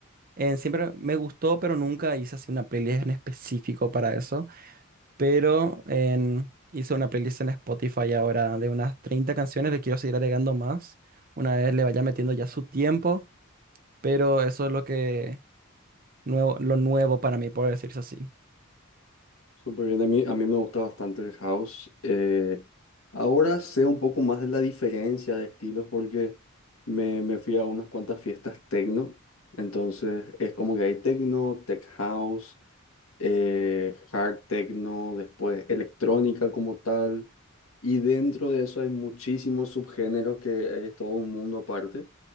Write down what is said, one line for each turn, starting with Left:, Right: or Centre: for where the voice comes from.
Right: eh, siempre me gustó, pero nunca hice así una playlist en específico para eso, pero en- hice una playlist en Spotify ahora de unas 30 canciones, le quiero seguir agregando más, una vez le vaya metiendo ya su tiempo. Pero eso es lo que nuevo, lo nuevo para mí, por decirse así.
Left: Súper bien, a mí, a mí me gusta bastante el house. Eh, ahora sé un poco más de la diferencia de estilos porque me, me fui a unas cuantas fiestas techno, entonces es como que hay techno, tech house, eh, hard techno, después electrónica como tal, y dentro de eso hay muchísimos subgéneros que es todo un mundo aparte.